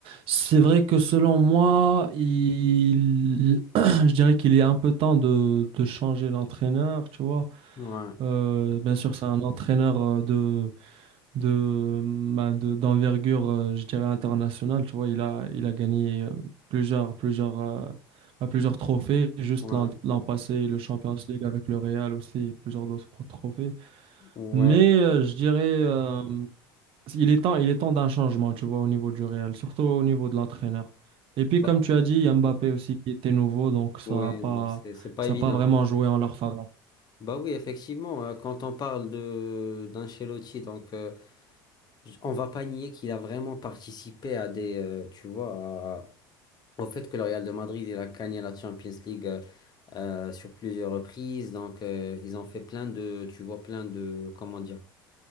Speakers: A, on the right; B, on the left.
A: c'est vrai que selon moi, il, <clears throat> je dirais qu'il est un peu temps de, de changer l'entraîneur, tu vois.
B: Ouais,
A: Euh, bien sûr, c'est un entraîneur euh, de de, ben, de- d'envergure, euh, je dirais, internationale. Tu vois, il a, il a gagné euh, plusieurs, plusieurs, euh, ben, plusieurs trophées, juste
B: ouais,
A: l'an l'an passé, le Champions League avec le Real aussi, et plusieurs d'autres trophées.
B: ouais.
A: Mais euh, je dirais, euh, il est temps, il est temps d'un changement, tu vois, au niveau du Real, surtout au niveau de l'entraîneur. Et puis,
B: Bah,
A: comme tu as dit, il y a Mbappé aussi qui était nouveau, donc ça
B: ouais,
A: a pas,
B: donc c'est c'est pas
A: ça
B: évident.
A: a pas vraiment joué en leur faveur.
B: Bah oui, effectivement, euh, quand on parle de d'Ancelotti, donc euh, j- on va pas nier qu'il a vraiment participé à des, euh, tu vois, au fait que le Real de Madrid, il a gagné la Champions League euh, euh, sur plusieurs reprises. Donc, euh, ils ont fait plein de, tu vois, plein de, comment dire,